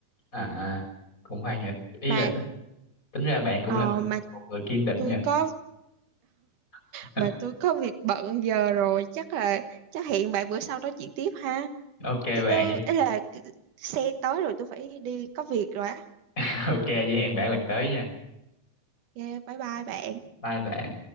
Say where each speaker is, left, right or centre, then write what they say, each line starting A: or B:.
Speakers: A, on the left; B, on the right.
A: à, à, cũng hay nhỉ. Ý
B: mà
A: là tính, tính ra bạn cũng
B: ờ,
A: là một,
B: mà
A: một người kiên định
B: tôi
A: nhỉ?
B: có
A: <laughs>
B: mà tôi có việc bận giờ rồi chắc là chắc hẹn bạn bữa sau nói chuyện tiếp ha
A: Ok
B: chứ
A: bạn, vậy-
B: ấy là xe tới rồi tôi phải đi có việc rồi á
A: <laughs> ok vậy hẹn bạn lần tới nha.
B: yeah, bye bye bạn
A: Bye bạn.